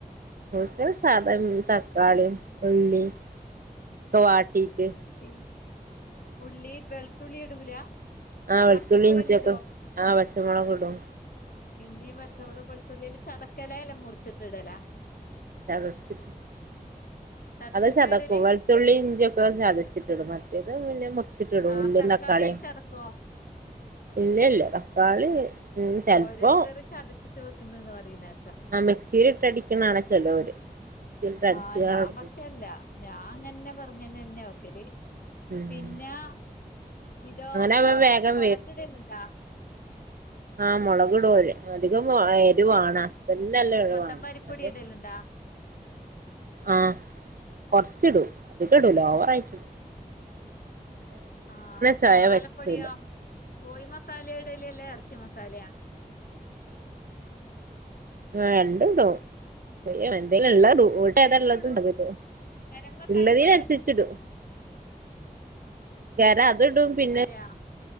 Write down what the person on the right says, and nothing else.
കോഴിക്കറി സാദാ തക്കാളിം ഉള്ളിം ക്കെ വാട്ടീട്ട്
ആ വെളുത്തുള്ളി
ഇഞ്ചിയൊക്കെ
ആ പച്ചമൊളകുടും
ചതച്ച്ട്ട്
അതെ ശതക്കു
<unintelligible> വെളുത്തുള്ളി ഇഞ്ചിയൊക്കെ ചതച്ചിട്ടിടും മറ്റേത് പിന്നെ മുറിച്ചിട്ടിടും
ഉള്ളിയും
തക്കാളിയും
ഇല്ല ഇല്ല തക്കാളി ഉം ചെലപ്പോ
ആ മിക്സിയിലിട്ട് അടിക്കുന്നതാണ് ചിലോര് മിക്സിൽ ഇട്ടടിച്ചാൽ
ഉം
അങ്ങനാവുമ്പോ വേഗം
ആഹ് മുളകിടും അവര് അധികം എരുവാണ് പിന്നെല്ലാ എരിവാണ്
മറ്റേ
ആഹ് കൊറച്ചിടും അതധികമിടൂല്ല ഓവറ ആയിട്ടിടൂല
ചൊയ
പറ്റൂല
ആ രണ്ടും ഇടും എൻറെലുള്ളതിടും <unintelligible>
അതിലും
ഉള്ളതിനനുസരിച്ച് ഇടും ഗരം അത് ഇടും പിന്നെ